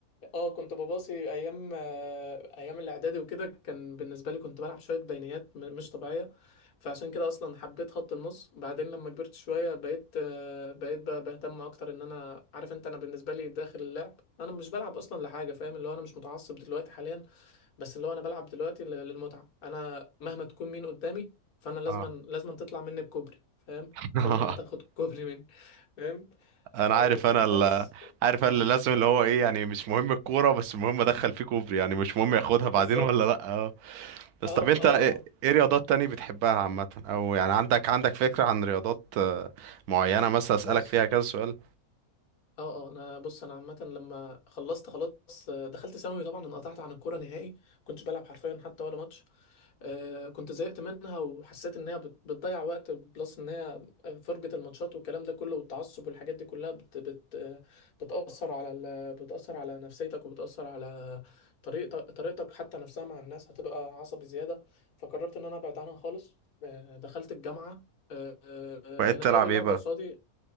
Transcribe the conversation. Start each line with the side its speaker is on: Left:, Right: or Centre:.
Left: اه كنت بباصي ايام آه، ايام الاعدادي وكده كان بالنسبه لي كنت بلعب شويه بينيات م- مش طبيعيه فعشان كده اصلا حبيت خط النص بعدين لما كبرت شويه بقيت آه، بقيت ب- بهتم اكتر ان انا عارف انت انا بالنسبه لي داخل اللعب انا مش بلعب اصلا لحاجه فاهم اللي هو انا مش متعصب دلوقتي حاليا بس اللي هو انا بلعب دلوقتي ل- للمتعه انا مهما تكون مين قدامي فانا لازما
Right: اه
Left: لازما تطلع مني بكوبري فاهم
Right: <laughs>
Left: لازما هتاخد <laughs> كوبري مني فاهم
Right: انا
Left: آه،
Right: عارف انا
Left: بس
Right: ال... عارف
Left: <laughs>
Right: انا اللي لازم اللي هو ايه يعني مش مهم الكورة بس المهم ادخل فيه كوبري يعني مش مهم ياخدها بعدين
Left: بالظبط
Right: ولا لا آه. بس
Left: اه
Right: طب انت
Left: اه
Right: ايه ايه
Left: اه
Right: رياضات تاني بتحبها عامة او يعني عندك عندك فكرة عن رياضات آه، معينة مثلا اسألك
Left: بص
Right: فيها كذا سؤال
Left: اه اه انا بص انا عامه لما خلصت خلاص آه، دخلت ثانوي طبعا انقطعت عن الكوره نهائي كنتش بلعب حرفيا حتى ولا ماتش آه كنت زهقت منها وحسيت ان هي بت- بتضيع وقت بلس ان هي فرجه الماتشات والكلام ده كله والتعصب والحاجات دي كلها بت بت آه، بتاثر على ال... بتاثر على نفسيتك وبتاثر على طريقتك طريقتك حتى نفسها مع الناس هتبقى عصبي زياده فقررت ان انا ابعد عنها خالص آه، دخلت الجامعه آه، آه،
Right: بقيت
Left: كانت
Right: تلعب
Left: اول
Right: ايه
Left: لعبه
Right: بقى
Left: قصادي